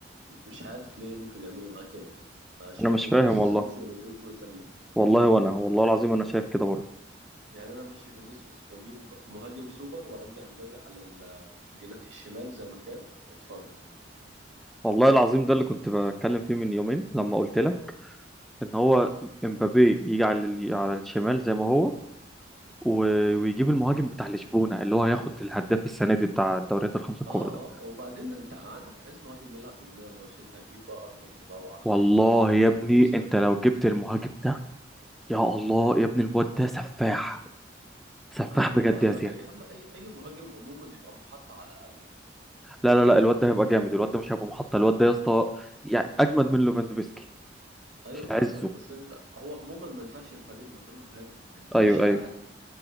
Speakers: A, on the right; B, in the centre.
A: مش عارف ليه ممكن يعملوا معاه كده يعني أنا شايف
B: انا مش
A: إن
B: فاهم
A: فينيسيوس
B: والله
A: يمشي ورودريجو يكمل
B: والله وانا والله العظيم انا شايف كده برضه
A: يعني أنا أمشي فينيسيوس وأجيب مهاجم سوبر وأرجع إمبابي على الجناح الشمال زي ما كان وأتفرج
B: والله العظيم ده اللي كنت بتكلم فيه من يومين لما قلت لك ان هو امبابي يجي على ال- على الشمال زي ما هو و- ويجيب المهاجم بتاع لشبونة اللي هو هياخد الهداف السنة دي بتاع الدوريات الخمسة الكبرى
A: آه آه
B: ده
A: وبعدين أنت عندك عايز مهاجم يلعب بدماغه عشان أنت هتجيب بقى أرنولد بقى وعرضيات
B: والله يا
A: ممكن
B: ابني
A: تجيب سيو
B: انت
A: هرنانديز
B: لو جبت المهاجم ده يا الله يا ابني الواد ده سفاح سفاح
A: أيوه
B: بجد
A: فاهمك
B: يا زياد
A: يا عم أي أي مهاجم عموما يبقى محط على الأقل
B: لا لا لا الواد ده هيبقى جامد الواد ده مش هيبقى محطة الواد ده يا اسطى يعني اجمد من ليفاندوفسكي
A: ايوه
B: في
A: فاهمك
B: عزه
A: بس انت هو عموما ما ينفعش الفريق من غير مهاجم ما ينفعش
B: ايوه
A: لا
B: ايوه